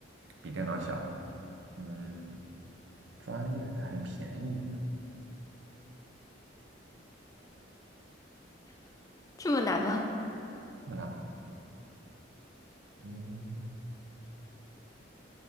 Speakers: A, on the right; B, on the left.
A: 比电脑小。嗯，专业的很便宜，
B: 这么难吗？
A: 那嗯